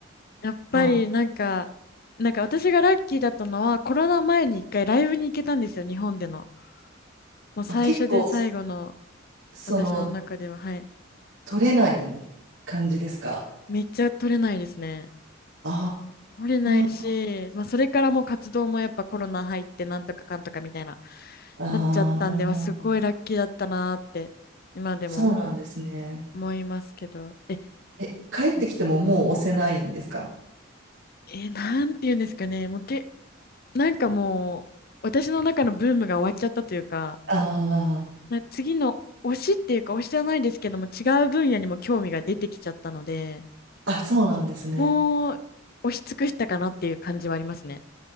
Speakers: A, on the left; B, on the right.
A: やっぱりなんか、
B: ー
A: なんか私がラッキーだったのはコロナ前に一回ライブに行けたんですよ、日本での。もう最初で最後の
B: あ、結構、その、
A: 私の中では、はい。
B: 取れない感じですか。
A: めっちゃ取れないですね。
B: あ
A: 取れないし、
B: ー
A: まあ、それからもう活動もやっぱコロナ入ってなんとかかんとかみたいな、
B: あー、
A: なっちゃったんで、はすごいラッキーだったなーって今でも
B: そうなんですね。
A: 思いますけど。え、
B: え、帰ってきてももう押せないんですか
A: はいえ、なんて言うんですかね。もうけ、なんかもう私の中のブームが終わっちゃったというか、
B: あ
A: な次の推しっていうか推しじゃないですけども違う分野にも興味が出てきちゃったので
B: あー、あ、そうなんですね。
A: もう押し尽くしたかなっていう感じはありますね。